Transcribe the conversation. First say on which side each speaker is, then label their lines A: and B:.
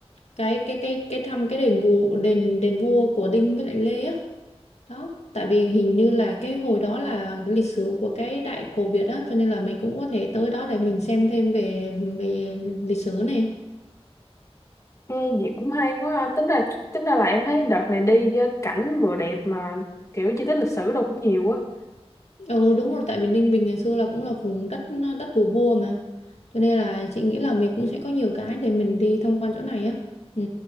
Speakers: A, on the left; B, on the left.
A: cái cái cái cái thăm cái đền vua đền đền vua của Đinh với lại Lê á đó tại vì hình như là cái hồi đó là cái lịch sử của cái đại cổ Việt á cho nên là mình cũng có thể tới đó để mình xem thêm về về lịch sử này
B: Ê, vậy cũng hay quá ha. tính ra tính ra là em thấy đợt này đi với cảnh vừa đẹp mà kiểu di tích lịch sử đâu cũng nhiều quá
A: Ừ đúng rồi tại vì Ninh Bình ngày xưa là cũng là vùng đất đất của vua mà cho nên là chị nghĩ là mình cũng sẽ có nhiều cái để mình đi tham quan chỗ này á ừ.